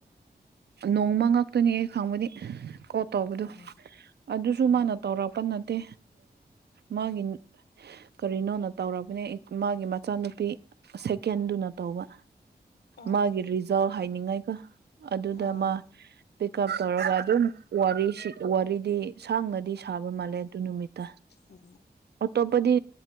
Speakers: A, on the right (about 80°); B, on the left (about 80°).
A: ꯅꯣꯡꯃ ꯉꯥꯛꯇꯣꯅꯤ ꯑꯩ ꯈꯪꯕꯗꯤ ꯀꯣꯜ ꯇꯧꯕꯗꯣ
B: ꯑꯣ
A: ꯑꯗꯨꯁꯨ
B: ꯑꯣ
A: ꯃꯥꯅ ꯇꯧꯔꯛꯄ ꯅ ꯇꯦ ꯃꯥꯒꯤ ꯀꯔꯤꯅꯣꯅ ꯇꯧꯔꯕꯅꯦ ꯃꯥꯒꯤ ꯏꯆꯥꯅꯨꯄꯤ
B: ꯑꯥ
A: ꯁꯦꯀꯦꯟꯗꯨꯅ ꯇꯧꯕ
B: ꯑꯥ
A: ꯃꯥꯒꯤ ꯔꯤꯖꯥꯜ ꯍꯥꯏꯅꯤꯡꯉꯥꯏꯒ ꯑꯗꯨꯗ
B: ꯑꯥ
A: ꯃꯥ ꯄꯤꯛ ꯎꯞ ꯇꯧꯔꯒ ꯑꯗꯨꯝ ꯋꯥꯔꯤꯗꯤ ꯁꯥꯡꯅꯗꯤ ꯁꯥꯕ ꯃꯥꯜꯂꯦ ꯑꯗꯨ ꯅꯨꯃꯤꯠꯇ
B: ꯑꯣ
A: ꯑꯇꯣꯞꯄꯗꯤ